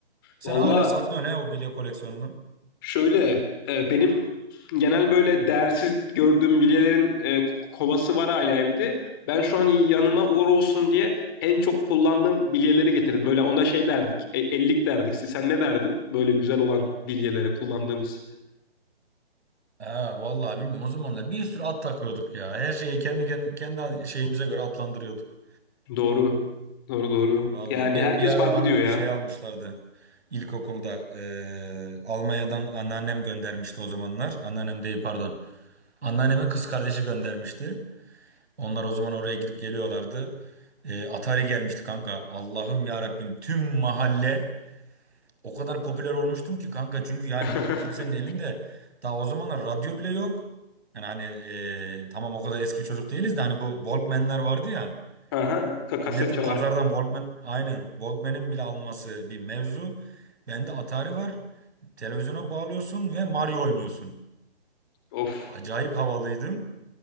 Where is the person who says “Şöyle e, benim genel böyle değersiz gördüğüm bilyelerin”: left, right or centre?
Left